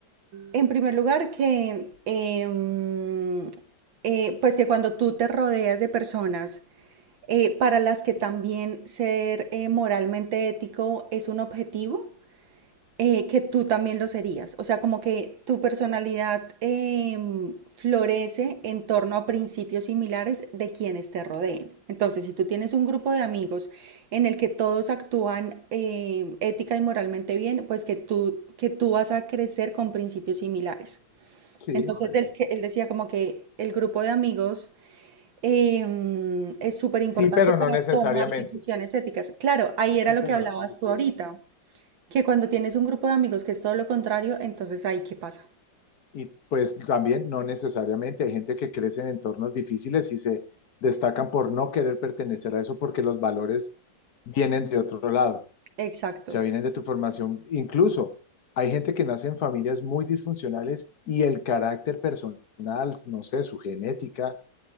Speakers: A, on the right; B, on the left.
A: En primer lugar, que, em, eh, pues que cuando tú te rodeas de personas eh, para las que también ser eh, moralmente ético es un objetivo, eh, que tú también lo serías. O sea, como que tu personalidad em, florece en torno a principios similares de quienes te rodeen. Entonces, si tú tienes un grupo de amigos en el que todos actúan em, ética y moralmente bien, pues que tú, que tú vas a crecer con principios similares.
B: Sí,
A: Entonces
B: puede
A: él,
B: ser.
A: que- él decía como que el grupo de amigos em, es súper
B: Sí,
A: importante
B: pero
A: para
B: no necesariamente.
A: tomar decisiones éticas. Claro, ahí era
B: Sí,
A: lo
B: pero
A: que hablabas
B: no necesariamente.
A: tú ahorita, que cuando tienes un grupo de amigos que es todo lo contrario, entonces ahí qué pasa.
B: Y pues también no necesariamente. Hay gente que crece en entornos difíciles y se destacan por no querer pertenecer a eso porque los valores vienen de otro lado.
A: Exacto.
B: sea, vienen de tu formación. Incluso hay gente que nace en familias muy disfuncionales y el carácter personal, no sé, su genética,